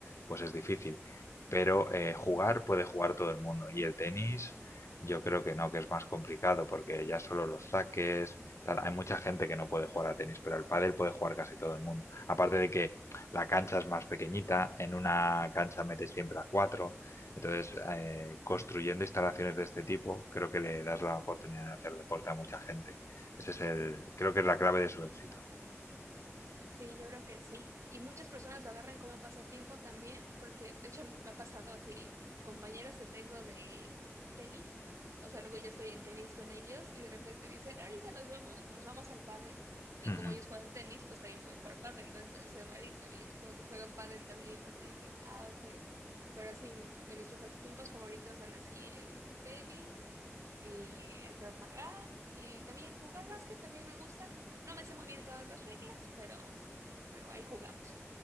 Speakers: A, on the left; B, on the right.
A: pues es difícil. Pero eh, jugar puede jugar todo el mundo y el tenis yo creo que no, que es más complicado porque ya solo los saques tal. Hay mucha gente que no puede jugar a tenis, pero el pádel puede jugar casi todo el mundo. Aparte de que la cancha es más pequeñita, en una cancha metes siempre a cuatro. Entonces, eh, construyendo instalaciones de este tipo, creo que le das la oportunidad de hacer deporte a mucha gente. Ese es el, creo que es la clave de su éxito.
B: Sí, yo creo que sí. Y muchas personas lo agarran como pasatiempo también, porque de hecho me ha pasado así, compañeros que tengo de mm, tenis, o sea, luego yo estoy en tenis con ellos y de repente dicen, ahorita nos vemos, nos vamos al pádel. Y
A: Ujú.
B: como ellos juegan tenis, pues también pueden jugar pádel, ¿no? Entonces se van y también como que juegan pádel también y todo así de que, ah, ok. Pero sí, mm, de mis pasatiempos favoritos son así el tenis y el Krav Maga y también jugar básquet también me gusta. No me sé muy bien todas las reglas, pero, pero ahí jugamos.